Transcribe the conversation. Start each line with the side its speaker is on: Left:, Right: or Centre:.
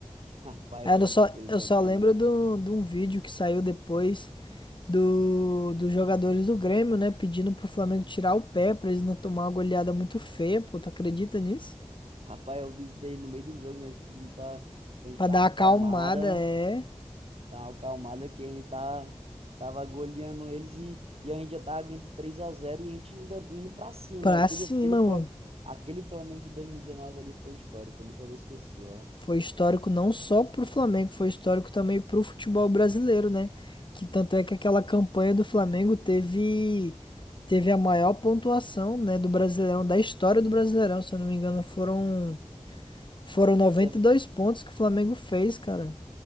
Right: Rapaz,
Left: Aí
Right: foi
Left: Eu
Right: bom
Left: só,
Right: aquele
Left: eu
Right: jogo
Left: só
Right: também,
Left: lembro do-
Right: ó.
Left: de um vídeo que saiu depois do, dos jogadores do Grêmio, né? Pedindo pro Flamengo tirar o pé pra eles não tomar uma goleada muito feia, pô. Tu acredita nisso?
Right: Rapaz, eu vi isso daí no meio do jogo, né? Pedindo pra, pra gente
Left: Pra
Right: dar
Left: dar
Right: uma
Left: uma
Right: acalmada,
Left: acalmada, é.
Right: né? Dar uma acalmada que a gente tava, tava goleando eles e, e a gente já tava ganhando de 3x0 e a gente ainda indo pra cima.
Left: Pra
Right: Aquele,
Left: cima,
Right: aquele, Flam,
Left: mano.
Right: aquele Flamengo de 2019 ali foi histórico, eu nunca vou esquecer, ó.
Left: Foi histórico não só pro Flamengo, foi histórico também pro futebol brasileiro, né? Que tanto é que aquela campanha do Flamengo teve teve a maior pontuação, né, do Brasileirão, da história do Brasileirão, se eu não me engano, foram foram noventa
Right: Isso é, ver-
Left: e dois pontos que o Flamengo fez, cara.